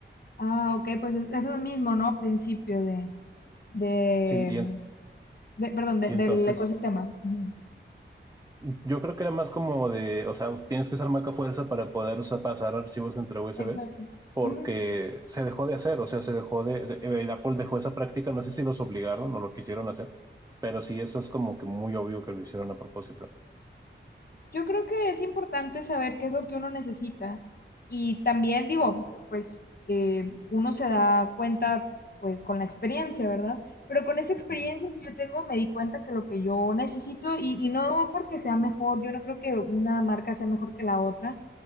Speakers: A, on the left (about 50°); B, on the right (about 15°).
A: ah, ok, pues es, es lo mismo, ¿no? Principio de, de,
B: Sí, y, en-
A: de- perdón, de-
B: y entonces
A: del ecosistema. Ujú.
B: yo creo que era más como de, o sea, tienes que usar Mac a fuerza para poder usar, pasar archivos entre USBs,
A: Exacto.
B: porque
A: Ujú.
B: se dejó de hacer, o sea, se dejó de, se- eh, Apple dejó esa práctica, no sé si los obligaron o lo quisieron hacer, pero sí, eso es como que muy obvio que lo hicieron a propósito.
A: Yo creo que es importante saber qué es lo que uno necesita y también digo, pues eh, uno se da cuenta pues con la experiencia, ¿verdad? Pero con esa experiencia
B: Ujú.
A: que yo tengo me di cuenta que lo que yo necesito y, y no porque sea mejor, yo no creo que una marca sea mejor que la otra,